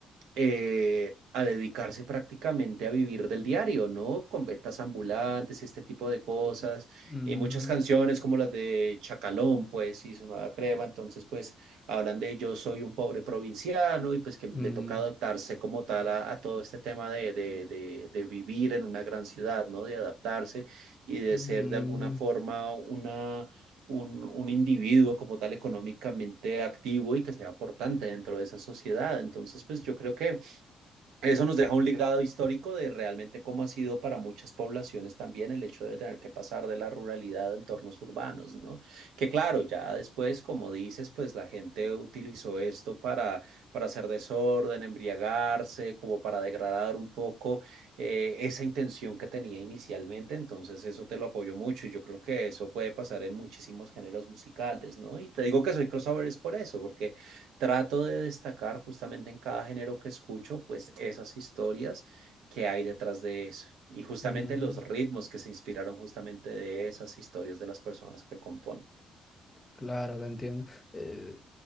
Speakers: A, on the right (about 80°); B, on the left (about 20°).
A: eh, a dedicarse prácticamente a vivir del diario, ¿no? Con ventas ambulantes este tipo de cosas,
B: Mm,
A: y muchas canciones como las de Chacalón, pues, y su nueva crema, entonces, pues, hablan de yo soy un pobre provinciano y pues que le
B: mm,
A: toca adaptarse como tal a, a todo este tema de, de, de, de vivir en una gran ciudad, ¿no? De adaptarse y de
B: mm,
A: ser de alguna forma una un, un individuo como tal económicamente activo y que sea aportante dentro de esa sociedad. Entonces, pues yo creo que eso nos deja un legado histórico de realmente cómo ha sido para muchas poblaciones también el hecho de tener que pasar de la ruralidad a entornos urbanos, ¿no? Que claro, ya después, como dices, pues la gente utilizó esto para, para hacer desorden, embriagarse, como para degradar un poco eh, esa intención que tenía inicialmente. Entonces, eso te lo apoyo mucho y yo creo que eso puede pasar en muchísimos géneros musicales, ¿no? Y te digo que soy crossover es por eso, porque Trato de destacar justamente en cada género que escucho, pues esas historias que hay detrás de eso y justamente
B: mm.
A: los ritmos que se inspiraron justamente de esas historias de las personas que componen.
B: Claro, te entiendo. Eh,